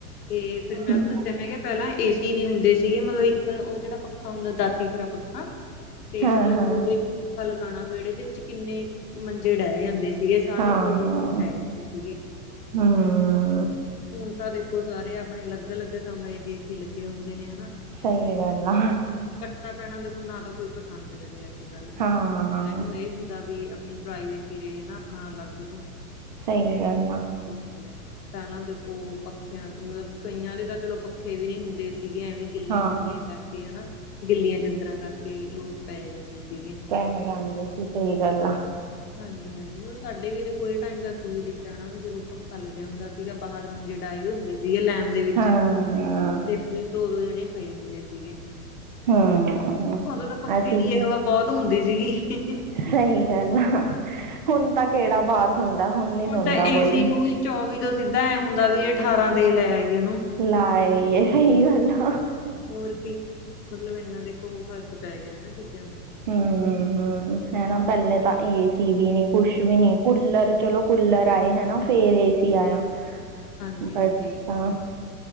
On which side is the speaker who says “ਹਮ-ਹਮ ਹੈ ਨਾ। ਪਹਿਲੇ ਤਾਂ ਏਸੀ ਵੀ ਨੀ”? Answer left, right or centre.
Right